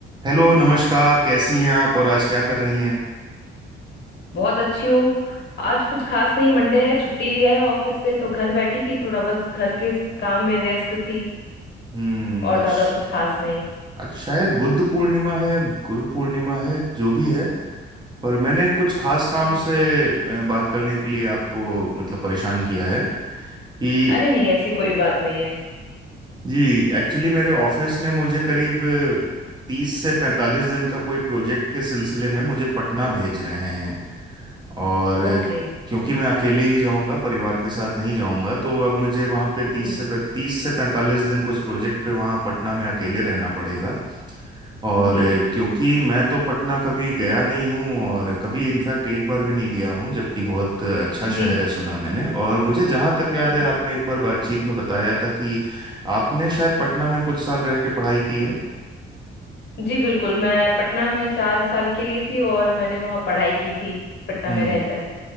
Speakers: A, on the right; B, on the left.
A: Hello नमस्कार कैसी हैं आप और आज क्या कर रही हैं
B: बहुत अच्छी हूँ आज कुछ खास नहीं मंडे है छुट्टी लिया है ऑफिस से तो घर बैठी थी थोड़ा बस घर के काम में व्यस्त थी
A: हम्म
B: और
A: आज
B: ज्यादा कुछ खास नहीं
A: आज शायद बुद्ध पूर्णिमा है या गुरु पूर्णिमा है जो भी है पर मैंने कुछ खास काम
B: जी
A: से अ, बात करने के लिए आपको मतलब परेशान किया है कि
B: अरे नहीं ऐसी कोई बात नहीं है
A: जी एक्चुअली मेरे ऑफिस ने मुझे करीब तीस से पैंतालीस दिन का कोई प्रोजेक्ट के सिलसिले में मुझे पटना भेज रहे हैं और
B: ओके
A: क्योंकि मैं अकेले ही जाऊंगा परिवार के साथ नहीं जाऊंगा तो अब मुझे वहाँ पे तीस
B: जी
A: से तीस से पैंतालीस दिन कुछ प्रोजेक्ट पे वहाँ पटना में अकेले रहना पड़ेगा और
B: जी
A: क्योंकि मैं तो पटना कभी गया नहीं हूँ और कभी इनफैक्ट एक बार भी नहीं गया हूँ जबकि बहुत अच्छा
B: जी
A: शहर है सुना मैंने और मुझे जहाँ तक याद
B: जी
A: है आपने एक बार बातचीत में बताया था कि आपने शायद पटना में कुछ साल रह के पढ़ाई की है
B: जी बिल्कुल मैं पटना में चार साल के लिए थी और मैंने वहाँ पढ़ाई की थी पटना
A: हम्म
B: में रहकर